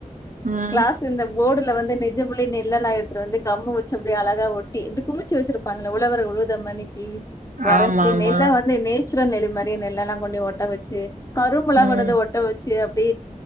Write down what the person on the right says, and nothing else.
ம்
ஆமா ஆமா.
ம்